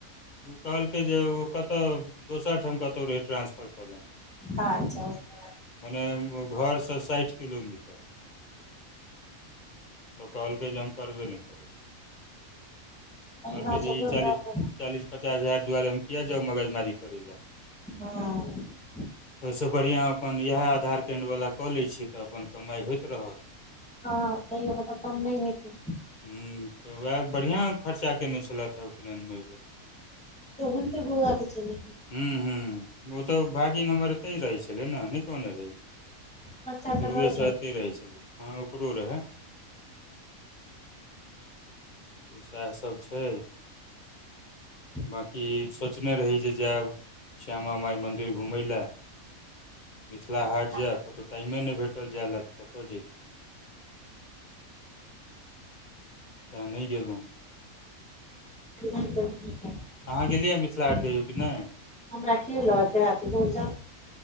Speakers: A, on the left; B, in the centre.
A: उ कहलकै जे ओ कतऽ दोसर ठाम कतौउ रहै ट्रांसफर कऽ दने।
B: अच्छा <unintelligible>
A: मने घर स साइठ किलोमीटर। तऽ कहलकै जे हम करबे नैय करब। कहलकै
B: भाषा
A: जे ई
B: दूर
A: चालीस
B: रहतै
A: चालीस पचास हजार दुआरे हम किया जाउ मगज मारी करै लए।
B: हँ।
A: तऽ ओय स बढ़ियाँ अपन इहै आधार केन्द्र वला कऽ लै छी तऽ अपन कमाई होइत रहत।
B: हँ तऽ अयहो में तऽ कम नैय होयतै।
A: ह्म्म तऽ उहै बढ़िआँ खर्चा केने छलैथ है उपनेन में अय बेर।
B: कत्ते बौआ के छेलै?
A: हम्म हूँ ओ तऽ भागिन हमर एतै रहै छेलै न नैय कहने रही।
B: बच्चा
A: शुरुए
B: तऽ रहै
A: स एतै रहै छलै हँ ओकरो रहै। सएहसभ छै।
B: <inaudible>
A: बाँकी सोचने रही जे जैब श्यामा माई मन्दिर घुमय लै।
B: <inaudible>
A: मिथला हाट
B: छलखिन
A: जैब कतौउ टाइमे नै भेटल जाय लए तऽ कतऽ जैतौं। तैं नैय गेलौं।
B: <unintelligible>
A: अहाँ गेलियै मिथिला हाट कहियो कि नहि
B: हमरा की लऽ जैत धूड़ जाउ।